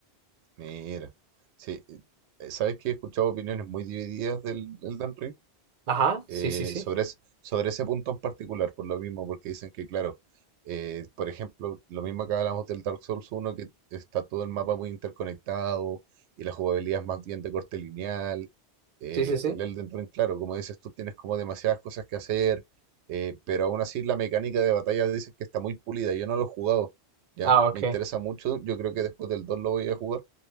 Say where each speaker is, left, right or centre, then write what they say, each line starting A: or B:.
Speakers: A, on the right (about 90°); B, on the right (about 50°).
A: Mira, sí, eh, sabes que he escuchado opiniones muy divididas del Elden Ring
B: Ajá,
A: eh,
B: sí, sí, sí.
A: sobre, es- sobre ese punto en particular, por lo mismo, porque dicen que, claro, eh, por ejemplo, lo mismo que hablamos del Dark Souls uno que está todo el mapa muy interconectado y la jugabilidad es más bien de corte lineal. eh,
B: Sí, sí, sí.
A: el Elden Ring, claro, como dices tú, tienes como demasiadas cosas que hacer, eh, pero aún así la mecánica de batalla dicen que está muy pulida. Yo no lo he jugado, ¿ya?
B: Ah, ok.
A: Me interesa mucho, yo creo que después del 2 lo voy a jugar